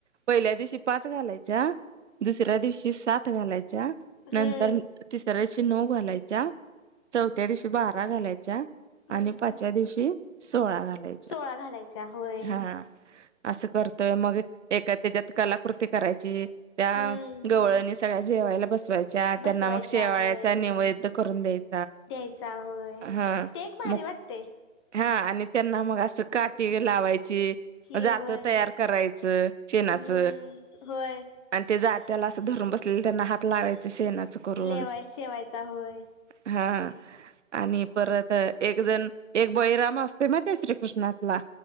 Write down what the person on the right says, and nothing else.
पहिल्या दिवशी पाच घालायच्या दुसऱ्या दिवशी सात घालायच्या
नंतर. सतरा्या दिवशी नऊ घालायच्या चौथ्या दिवशी बारा घालायच्या.
आणि पाचव्या दिवशी सोळा घालायच्या
हा. असं करतोय मग एका त्याच्यात कलाकृती करायची त्या
गवळनी. सगळ्या जेवायला बसवायच्या
त्यांना मग शेवाळ्याचा
निैवेद करून द्यायचा.
हा
मग
हा आणि त्यांना मग असं काटी लावायचं
जात
तयार करायच शेनाच
आणि ते ज त्याला असं धरून बसलेलं त्यांना हात लागायच शेणाचं करून
हा. आणि परत एक जण एक बळीराम असतोय माहिती आहे श्रीकृष्णला?